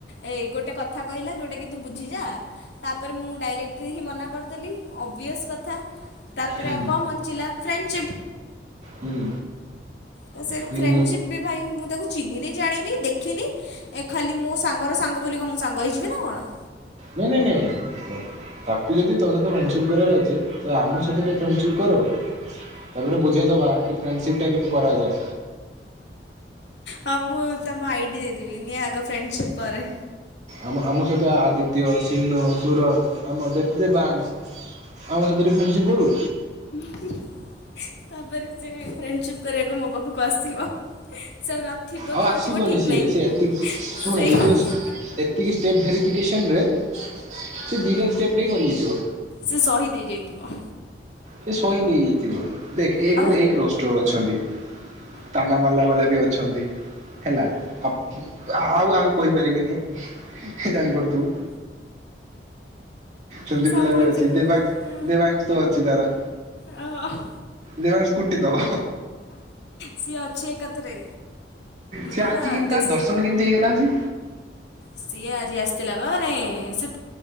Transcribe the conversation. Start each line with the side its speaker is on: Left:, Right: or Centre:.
Left: ଏ ଗୋଟେ କଥା କହିଲା ଯୋଉଟା କି ତୁ ବୁଝି ଯା। ତା ପରେ ମୁଁ ଡାଇରେକ୍ଟ ହିଁ ମନା କରିଦେଲି ଓବିଅସ୍ କଥା। ତାପରେ
Right: ହୁଁ
Left: ଆଉ କଣ ବଞ୍ଚିଲା ଫ୍ରେଣ୍ଡସିପ୍।
Right: ହୁଁ।
Left: ତ ସେ
Right: ହୁଁ
Left: ଫ୍ରେଣ୍ଡସିପ୍ ବି ଭାଇ ମୁଁ ତାକୁ ଚିହ୍ନିନି ଜାଣିନି ଦେଖିନି। ଖାଲି ମୋ ସାଙ୍ଗର ସାଙ୍ଗ ବୋଲି କଁ ମୋ ସାଙ୍ଗ ହେଇଯିବି ନା କଣ?
Right: ନାଇଁ ନାଇଁ ନାଇଁ ତାକୁ ଯଦି ତୋ ସହିତ ଫ୍ରେଣ୍ଡସିପ କରିବାର ଅଛି ସେ ଆମ ସହିତ ଟିକେ ଫ୍ରେଣ୍ଡସିପ କରୁ ତାପରେ ବୁଝେଇ ଦବା ପ୍ରେଣ୍ଡସିପ ଟା କେମିତି କରାଯାଏ।
Left: ହଁ ମୁଁ ତମ ଆଇଡି ଦେଇଦେବି ନିଅ ଆଗ ଫ୍ରେଣ୍ଡସିପ କରେ।
Right: ଆମ ଆମ ସହିତ ଆଦିତ୍ୟ, ସିନୁ, ସୁରଜ। ଆମ ଯେତେ ଦେବାଂଶ ଆମ ସହିତ ଟିକେ ଫ୍ରେଣ୍ଡ୍ ସିପ କରୁ।
Left: <inaudible> ତା ପରେ ସେ ଫ୍ରେଣ୍ଡସିପ କରିବାକୁ ମୋ ପାଖକୁ ଆସିବ ସେ ଆଉ ନଥିବ
Right: ଆଉ
Left: କି
Right: ଆସିବନି
Left: ନଥିବ ଠିକ୍
Right: ସିଏ
Left: ନାହିଁ
Right: ସେ ଏତିକି ଶୁଣ
Left: ସେଇ
Right: ଏଇ ଯୋଉ ଏତିକି ଷ୍ଟେପ୍ ଭେରିଫିକେସନରେ ସେ ଦୁଇଟା ଷ୍ଟେପ୍ ରେ ମରିଯାଇଥିବ।
Left: ସେ ସହିଦ ହେଇ ଯାଇଥିବ।
Right: ସେ ସହିଦି ହେଇଯାଇଥିବ ଦେଖ ଏକରୁୁ
Left: ଅ
Right: ଏକ ରଷ୍ଟର ଅଛନ୍ତି। ତାନା ମାରଲା ବାଲା ବି ଅଛନ୍ତି ହେଲା। ଆଉ ଆଉ କହିପାରିବିନି ଜାଣିପାରୁଥିବୁ। ସେମତି
Left: ସବୁ
Right: ପିଲା ବି
Left: ଅଛନ୍ତି
Right: ଅଛି ଦେବାଂ ଦେବାଂଶ ଅଛି ତାର
Left: ହଁ ହଁ।
Right: ଦେବାଂଶ କୁଟିଦେବ।
Left: ସିଏ ଅଛି ଏକାଥରେ
Right: ସେ
Left: କଣ
Right: ଆଜି କେମିତି
Left: ଦେଶ
Right: ତା ଦର୍ଶନ କେମିତି ହେଇଗଲା ଆଜି।
Left: ସିଏ ଆଜି ଆସିଥିଲା ବା ମାନେ ସେ